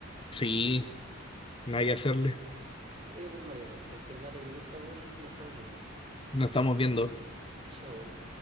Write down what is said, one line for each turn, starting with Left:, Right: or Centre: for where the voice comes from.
Left: Sí, nada que hacerle.
Right: Eh, pues, Mateo, cualquier weá te pregunto a vos y nos estamos viendo.
Left: Nos estamos viendo.
Right: show